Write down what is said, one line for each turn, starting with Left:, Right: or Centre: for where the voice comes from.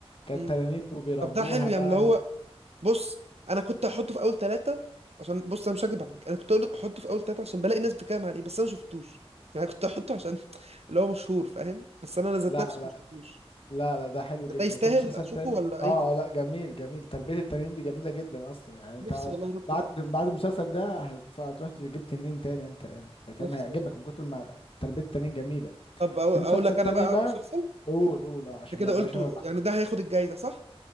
Left: كان
Right: مم.
Left: تنانين وبيربوها
Right: طب ده حلو يعني
Left: بقى
Right: اللي هو
Left: و...
Right: بص انا كنت هحطه في اول ثلاثة عشان بص انا مش هكدب عليك انا كنت أقول- احطه في اول ثلاثة عشان بلاقي ناس بتتكلم عليه بس انا ما شفتوش يعني كنت احطه عشان <laughs> اللي هو مشهور فاهم بس انا انا ذات
Left: لا
Right: نفسي
Left: لا
Right: ما شفتوش
Left: لا لا ده حلو جدا
Right: ده يستاهل
Left: وفي مسلسل
Right: اشوفه
Left: تاني
Right: ولا
Left: اه
Right: اي كلام
Left: آه، لا جميل جميل تربية التنين دي جميلة جدا اصلا يعني انت
Right: نفسي والله يا ربي
Left: بعد بعد المسلسل ده هت- هتروح تجيب تنين تاني انت يعني فاهم
Right: نفسي
Left: هيعجبك
Right: والله
Left: من كتر ما تربية التنين جميلة
Right: طب أقو-
Left: في مسلسل
Right: اقول لك
Left: تاني
Right: انا بقى
Left: بقى
Right: مسلسل
Left: قول قول آه، عشان
Right: انت كده
Left: ما بقاش
Right: قلت
Left: انا بح-
Right: يعني ده هياخد الجايزه صح